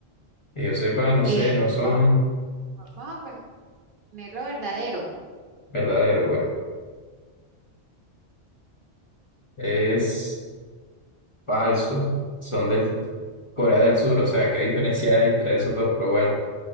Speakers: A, on the left; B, on the right.
A: Que yo sepa, no
B: Eh,
A: sé, no son
B: vamos, a vamos a ponerlo verdadero,
A: verdaderos, bueno, es falso, son del Corea del Sur, o sea, ¿qué diferencia hay entre esos dos? Pero bueno,